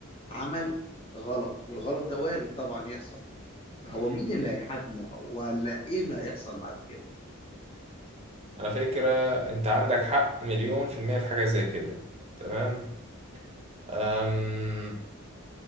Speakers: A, on the left; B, on the right.
A: عمل غلط والغلط ده وارد طبعا يحصل فهو
B: مم.
A: مين اللي هيحاكمه ولا ايه اللي هيحصل بعد كده
B: على فكرة أنت عندك حق مليون في المية في حاجة زي كده تمام أم...